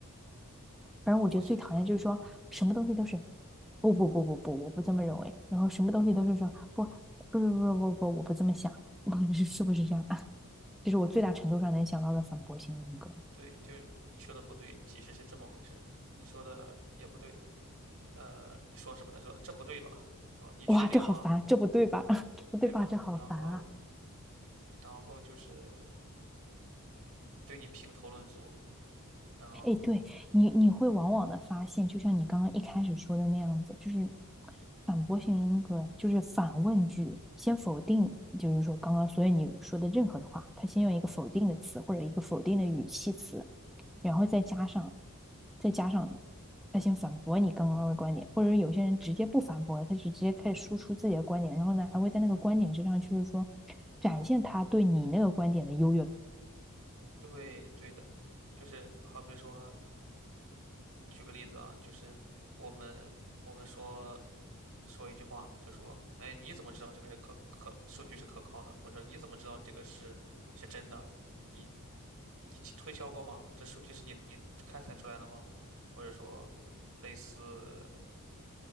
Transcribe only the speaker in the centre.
反正我觉得最讨厌就是说什么东西都是
不不不不不，我不这么认为。然后什么东西都是说不不不不不不，我不这么想。<laughs> 是是不是这样啊？这是我最大程度上能想到的反驳型人格。
哇，这好烦，这不对吧？<laughs> 这不对吧？
这好烦啊！
哎，对你，你会往往的发现，就像你刚刚一开始说的那样子，就是反驳型人格，就是反问句，先否定，就是说刚刚所有你说的任何的话，他先用一个否定的词或者一个否定的语气词，然后再加上，再加上他先反驳你刚刚的观点，或者有些人直接不反驳了，他就直接开始输出自己的观点，然后呢，还会在那个观点之上，就是说展现他对你那个观点的优越